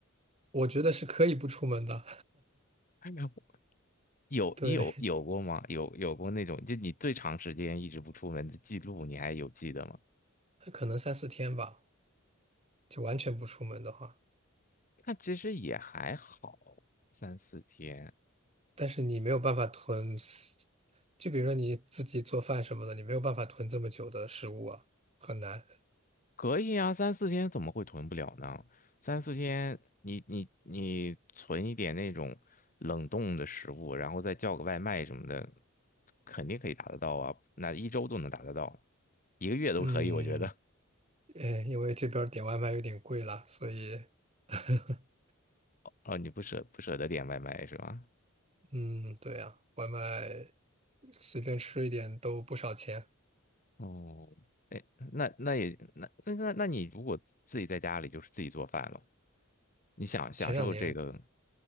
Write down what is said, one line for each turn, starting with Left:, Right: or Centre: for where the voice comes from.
Right: 我觉得是可以不出门的，
Left: <laughs>
Right: <laughs>
Left: 有你有有过吗？
Right: 对，
Left: 有有过那种，就你最长时间一直不出门的记录，你还有记得吗？
Right: 可能三四天吧，就完全不出门的话，
Left: 那其实也还好，三四天
Right: 但是你没有办法囤四就比如说你自己做饭什么的，你没有办法囤这么久的食物啊，很难，
Left: 可以啊，三四天怎么会囤不了呢？三四天你你你存一点那种冷冻的食物，然后再叫个外卖什么的，肯定可以达得到啊，那一周都能达得到，一个月都可以，
Right: 嗯。
Left: 我觉得。
Right: 呃，因为这边儿点外卖有点贵啦，所以，<laughs>
Left: 哦，你不舍不舍得点外卖是吧？
Right: 嗯，对呀，外卖随便吃一点都不少钱。
Left: 哦，哎，那那也那那那那你如果自己在家里就是自己做饭了，你想享受这个
Right: 前两年，